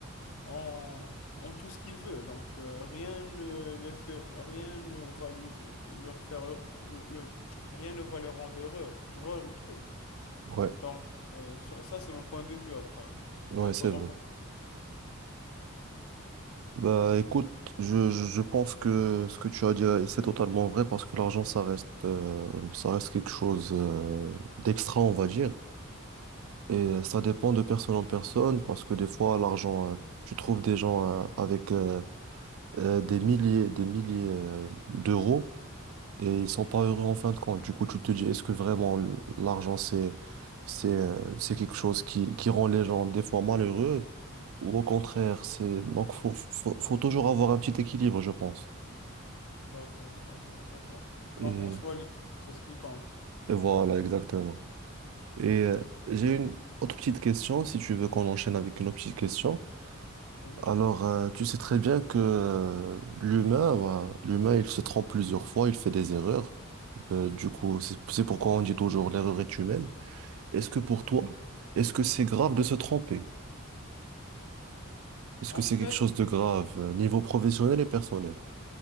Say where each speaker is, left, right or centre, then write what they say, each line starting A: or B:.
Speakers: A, on the left; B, on the right.
A: en, en tout ce qu'il veut. Donc, euh, rien ne les fait, rien ne va lui leur faire, heure- le- le- rien ne va le rendre heureux. Tu vois le truc?
B: Ouais,
A: Donc, euh, ça, ça, c'est mon point de vue après.
B: ouais,
A: Après,
B: c'est
A: toi, ton
B: vrai.
A: point
B: Bah écoute, je, je je pense que ce que tu as dit, euh, c'est totalement vrai parce que l'argent, ça reste, euh, ça reste quelque chose euh, d'extra, on va dire. Et euh, ça dépend de personne en personne parce que des fois, l'argent, euh, tu trouves des gens euh, avec euh, euh, des milliers, des milliers euh, d'euros et
A: de
B: ils
A: vue?
B: sont pas heureux en fin de compte. Du coup, tu te dis, est-ce que vraiment le- l'argent, c'est, c'est, euh, c'est quelque chose qui, qui rend les gens des fois malheureux ou au contraire,
A: Oui.
B: c'est, donc, faut, faut, faut toujours avoir un petit équilibre, je pense.
A: D'accord, d'accord, je vois.
B: Et,
A: Donc, en soi, les- c'est ce qui compte.
B: et voilà, exactement. Et
A: Ouais.
B: euh, j'ai une autre petite question, si tu veux qu'on enchaîne avec une autre petite question.
A: Vas-y.
B: Alors, euh, tu sais très bien que euh, l'humain, voilà, l'humain, il se trompe plusieurs fois, il fait des erreurs. Euh,
A: Oui.
B: du coup, c'est c'est pourquoi on dit toujours l'erreur est humaine. Est-ce que pour toi, est-ce que c'est grave de se tromper? Est-ce
A: En
B: que c'est
A: fait,
B: quelque chose de grave,
A: euh,
B: euh, niveau professionnel et personnel?